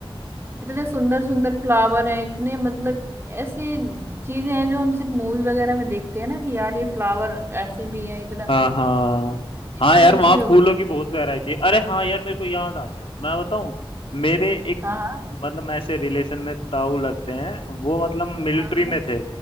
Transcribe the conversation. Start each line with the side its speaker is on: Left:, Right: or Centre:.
Right: इतने सुंदर सुंदर फ्लावर हैं इतने मतलब ऐसी चीजें हैं जो हम सिर्फ मूवी वगैरह में देखते हैं ना कि यार ये फ्लावर ऐसे भी है इतना
Left: हाँ हाँ
Right: इतनी
Left: हाँ यार
Right: अच्छी
Left: वहाँ
Right: जो
Left: फूलों की बहुत वैरायटी है अरे हाँ यार मेरे को याद आ गया मैं बताऊँ मेरे एक
Right: हाँ हाँ
Left: मतलब ऐसे रिलेशन में ताऊ लगते हैं वो मतलब मिलिट्री
Right: हाँ
Left: में थे